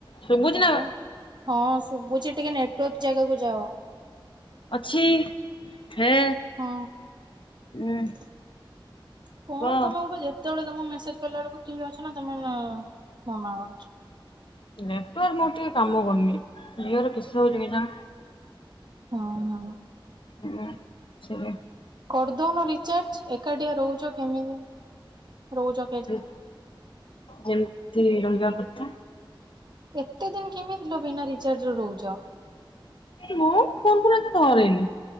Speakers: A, on the left (about 75°); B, on the right (about 55°).
A: ଶୁଭୁଛି
B: ହେଲୋ,
A: ନା
B: ହଁ ଶୁଭୁଛି ଟିକେ ନେଟୱାର୍କ ଜାଗାକୁ ଯାଅ।
A: ଅଛି ହେ
B: ହଁ
A: ଉଁ
B: କଣ
A: କହ।
B: ତୋମେ ଗୋଟେ ଯେ ତେବେଳେ ତୋମକୁ ମେସେଜ୍ କଲା ବେଳକୁ କେହି ଆସୁନ ତୋମେ <unintelligible> ମନା କରୁଛ।
A: ନେଟୱାର୍କ ମୋର ଟିକେ କାମ କରୁନି ଜିଓ ର କିସ ହଉଛି କେଜାଣି।
B: ହଁ, ହଁ।
A: ହଁ ସେୟା।
B: କରିଦଉନ ରିଚାର୍ଜ ଏକାଟିଆ ରହୁଚ କେମିତି? ରହୁଚ
A: ଏ ଯେମିତି ରହିବା କଥା।
B: ଏତେ ଦିନ କେମିତି ଲୋ ବିନା ରିଚାର୍ଜ ରେ ରହୁଚ?
A: ମୁଁ ଫୋନ୍ ଫୋନ୍ ଏତେ ଧରେନି